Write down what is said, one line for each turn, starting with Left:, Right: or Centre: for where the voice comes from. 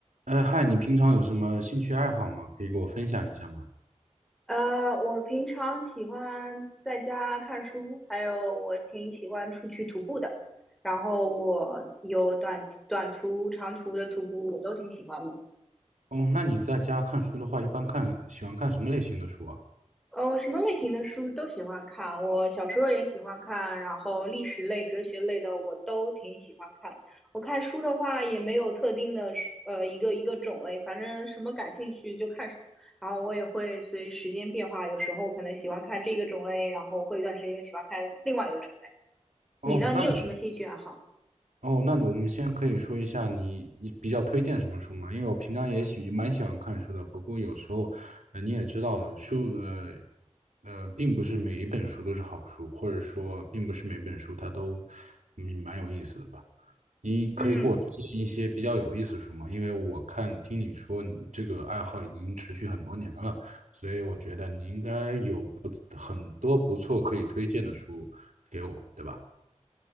Right: 哎嗨，你平常有什么兴趣爱好吗？可以给我分享一下吗？
Centre: 呃，我平常喜欢在家看书，还有我挺喜欢出去徒步的。然后我有短短途、长途的徒步，我都挺喜欢的。
Right: 哦，那你在家看书的话，一般看，喜欢看什么类型的书啊？
Centre: 呃，我什么类型的书都喜欢看，我小时候也喜欢看，然后历史类、哲学类的我都挺喜欢看。我看书的话也没有特定的书呃一个一个种类，反正什么感兴趣就看什么。然后我也会随时间变化，有时候可能喜欢看这个种类，然后过一段时间又喜欢看另外一个种类。
Right: 哦，
Centre: 你呢？
Right: 那你，
Centre: 你有什么兴趣爱好？
Right: 哦，那我们先可以说一下你你比较推荐什么书吗？因为我平常也喜蛮喜欢看书的，不过有时候，呃，你也知道，书，呃，呃，并不是每一本书都是好书，或者说，并不是每本书它都，嗯，蛮有意思的吧。你可以给我推荐一些比较有意思的书吗？
Centre: 嗯，
Right: 因为我看听你说你这个爱好已经持续很多年了，所以我觉得你应该有不很多不错可以推荐的书给我，对吧？